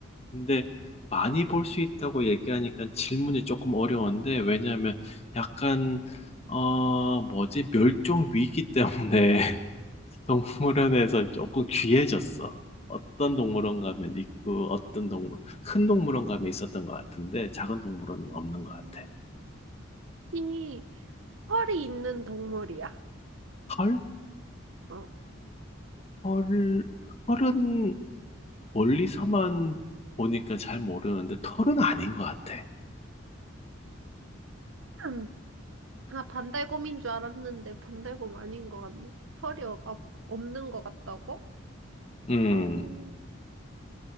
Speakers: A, on the left; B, on the right.
A: 근데 많이 볼 수 있다고 얘기하니까 질문이 조금 어려운데, 왜냐하면 약간, 어, 뭐지, 멸종 위기 때문에 <laughs> 동물원에서 조금 귀해졌어. 어떤 동물원 가면 있고, 어떤 동물, 큰 동물원 가면 있었던 것 같은데, 작은 동물원은
B: 음,
A: 없는 것 같아.
B: 혹시 털이 있는 동물이야?
A: 털?
B: 어.
A: 털, 털은 멀리서만 보니까 잘 모르는데 털은 아닌 것 같아.
B: 음. 아, 반달곰인 줄 알았는데 반달곰 아닌 것 같네. 털이 어- 없- 없는 것 같다고?
A: 음,
B: 음,